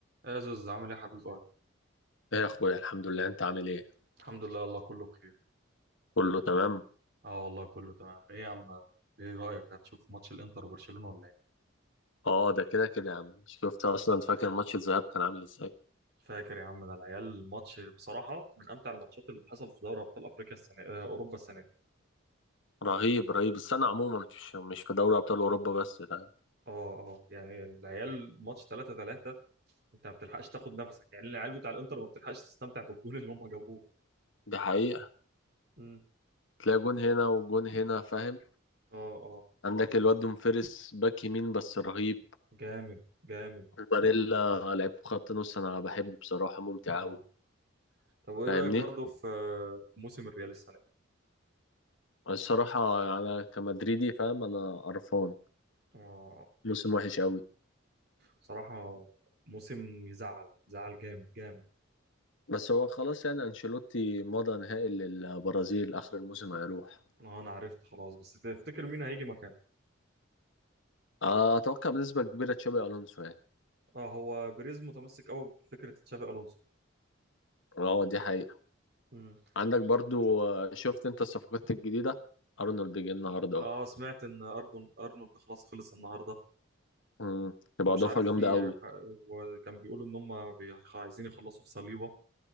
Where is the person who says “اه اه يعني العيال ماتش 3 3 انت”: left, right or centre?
Right